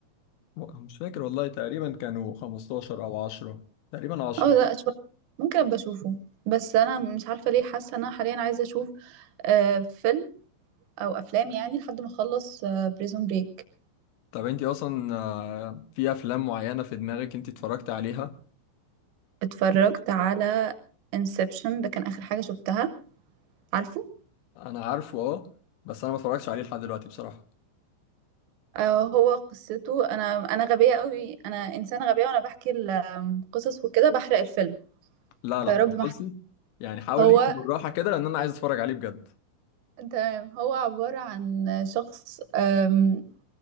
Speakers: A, on the left; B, on the right.
A: و- مش فاكر والله تقريبا كانوا 15 أو 10 تقريبا 10
B: اه لا شويه ممكن ابقى اشوفه بس انا مش عارفه ليه حاسه ان انا حاليا عايزه اشوف آه، فيلم او افلام يعني لحد ما اخلص بريزون بريك
A: طب أنت أصلا آه، في أفلام معينة في دماغك أنت اتفرجت عليها
B: اتفرجت على انسبشن ده كان اخر حاجه شفتها عارفه
A: أنا عارفه أه بس أنا ما اتفرجتش عليه لحد دلوقتي بصراحة
B: آه، هو قصته انا انا غبيه قوي انا انسانه غبيه وانا بحكي القصص وكده بحرق الفيلم
A: لا لا
B: فيارب
A: طب
B: ما أحرق.
A: بصي يعني حاولي
B: هو
A: بالراحة كده لأن أنا عايز أتفرج عليه بجد
B: تمام هو عباره عن شخص آم،